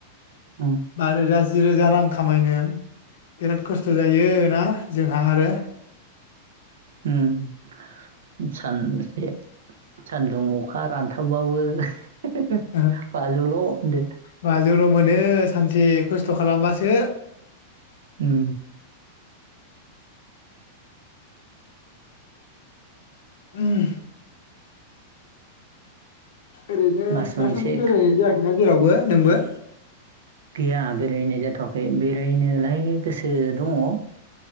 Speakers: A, on the right; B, on the left.
A: उम
B: बा रोजा जि रोजा रां खामायनो बिराद खस्थ' जायो। ना? जोंहा हारो
A: उम सानसे सानदुं अखा रानथाब बाबो <unintelligible>
B: ओ
A: बाजौल' होनदो
B: बाजौल' मोनो सानसे खस्थ' खालामबासो
A: उम
B: उम ओरैनो
A: मास मोनसे
B: दासान्दि बेरायनाय जायाखैना जेरावबो नोंबो
A: गैया बेरायनाय जाथ'वाखै बेरायनोलाय गोसो दङ